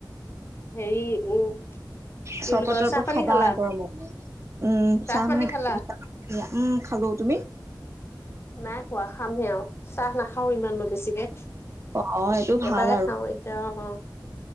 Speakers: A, on the left; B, on the right.
A: হেৰী উম কি
B: চৰবত
A: বুলি কয়
B: তৰবত
A: চাহ পানী
B: খাবা
A: খালা
B: গৰমত উম, চাহ
A: পানী
B: মানে
A: খালা
B: গাখীৰ চাহ উম, খালোঁ তুমি?
A: নাই খোৱা খামহে আৰু চাহ নাখাওঁ ইমান মই বেছিকে।
B: অ', অ', সেইটো ভাল
A: এবাৰে
B: আৰু।
A: খাওঁ এতিয়া অ